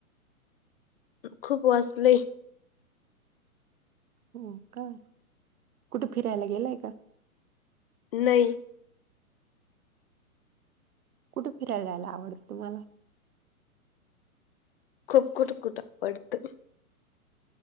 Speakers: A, on the left (about 40°); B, on the right (about 80°).
A: खूप वाचलय.
B: हो का? कुठे फिरायला गेलाय का?
A: नाही.
B: कुठ फिरायला जायला आवडतं तुम्हाला.
A: खूप कुठ कुठ आवडतं.